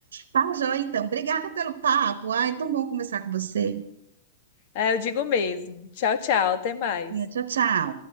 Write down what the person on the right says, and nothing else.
Tá joia, então. Obrigada pelo papo. Ai, tão bom conversar com você.
Tchau, tchau.